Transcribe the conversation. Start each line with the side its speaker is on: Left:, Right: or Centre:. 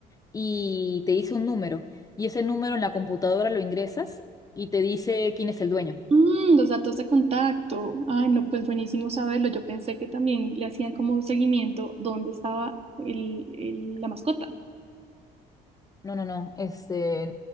Left: y te dice un número. Y ese número en la computadora lo ingresas y te dice quién es el dueño.
Right: Mm, los datos de contacto. Ay, no, pues buenísimo saberlo. Yo pensé que también le hacían como seguimiento dónde estaba el- el- la mascota.
Left: No, no, no. Este,